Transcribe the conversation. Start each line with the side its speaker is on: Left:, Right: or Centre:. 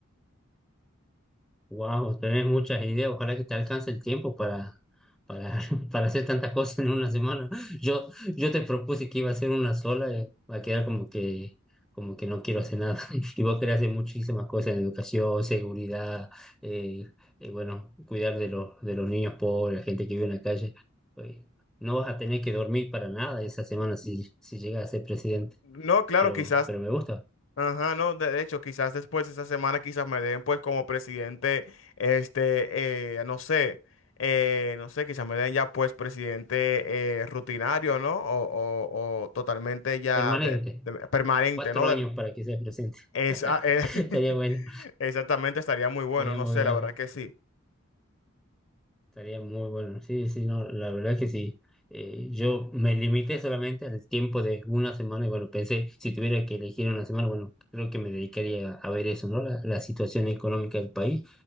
Centre: Wow, tenés muchas ideas. Ojalá que te alcance el tiempo para, para, <laughs> para hacer tantas cosas en una semana. Yo, yo te propuse que iba a hacer una sola, eh, va a quedar como que, como que no quiero hacer nada. <laughs> Y vos querés hacer muchísimas cosas en educación, seguridad, eh, eh, bueno, cuidar de los, de los niños pobres, la gente que vive en la calle. Oye, no vas a tener que dormir para nada esa semana si, si llegas a ser presidente.
Left: No, claro,
Centre: Pero,
Left: quizás
Centre: pero me gusta.
Left: Ajá, no, de, de hecho, quizás después de esa semana quizás me den pues como presidente, este, eh, no sé, eh, no sé, quizás me den ya pues presidente eh, rutinario, ¿no? O, o- o totalmente ya
Centre: Permanente.
Left: de, de- permanente,
Centre: Cuatro
Left: ¿no? Del-
Centre: años para que seas presidente.
Left: esa,
Centre: <laughs>
Left: eh, <laughs>
Centre: Estaría bueno.
Left: exactamente, estaría muy bueno,
Centre: Estaría
Left: no
Centre: muy
Left: sé,
Centre: bueno,
Left: la verdad que sí.
Centre: estaría muy bueno. Sí, sí, no, la verdad es que sí. Eh, yo me limité solamente al tiempo de una semana y bueno, pensé, si tuviera que elegir una semana, bueno, creo que me dedicaría a ver eso, ¿no? La, la situación económica del país